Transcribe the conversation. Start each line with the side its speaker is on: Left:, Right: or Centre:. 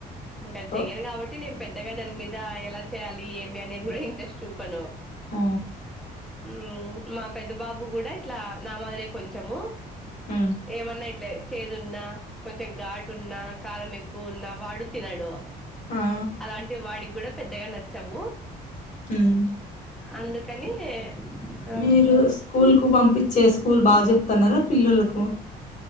Centre: ఇంకా చెయ్యను
Left: ఓ
Centre: కాబ ట్టి నేను పెద్దగా దాని మీద ఎలా చేయాలి ఏమి అనేది కూడా ఇంట్రెస్ట్ చుపను
Left: ఆ
Centre: హ్మ్ మా పెద్ద బాబు కూడా ఇట్లా నా మాదిరే కొంచెము
Left: హ్మ్
Centre: ఏమన్నా ఇట్లే చేదు ఉన్నా కొంచెం ఘాటు ఉన్నా కారాం ఎక్కువ ఉన్నా వాడు తినడు
Left: ఆ
Centre: అలాంటివి వాడికి కూడా పెద్దగా నచ్చవు
Left: హ్మ్
Centre: అందుకని ఆ
Left: మీరు స్కూల్ కు పంపించే స్కూల్ బాగా చెప్తున్నారా పిల్లలకు